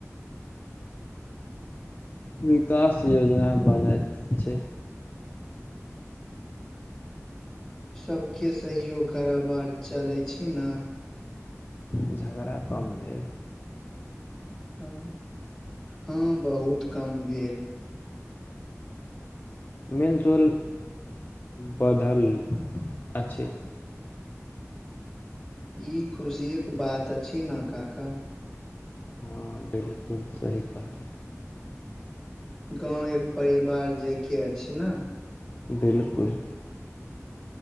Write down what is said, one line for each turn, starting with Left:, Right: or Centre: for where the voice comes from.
Left: विकास योजना बनैत छै
Centre: सभके सहयोग कराबार चलै छी न
Left: झगड़ा कम भेल
Centre: हँ हँ बहुत कम भेल
Left: मेल जूल बढ़ल अछि
Centre: ई खुशियक बात अछि न काका
Left: हाँ बिलकुल सही कहल
Centre: गाँव एक परिवार जे के अछि ना
Left: बिलकुल